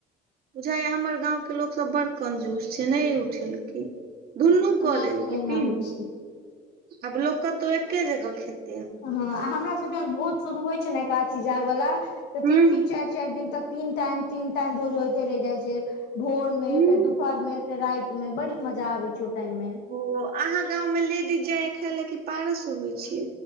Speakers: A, on the right; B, on the left.
A: बुझाइ या हमर गांव के लोकसब बड़ कंजूस छैय नै उठेलके। दुनू कऽ
B: हमरा
A: लेलके
B: सबके एहिना
A: तीनू
B: होइ छै
A: आब लोक कतौ एके जगह खेत।
B: हाँ आ हमरा सब जहन भोज शुरू होइ छैय ने एकादशी जाग वाला तऽ
A: हूँ
B: तीन- तीन चारि- चारि दिन तक। तीन टाइम -तीन टाइम भोज होते रहि जाइ छैय भोर में
A: हूँ
B: फेर दुपहर मे। राइत में बड़ी मजा आबे छैय ओहि टाइम में।
A: ओ अहाँ गांव में लेडीज जाय या खाय लै की पारस ओबै छै।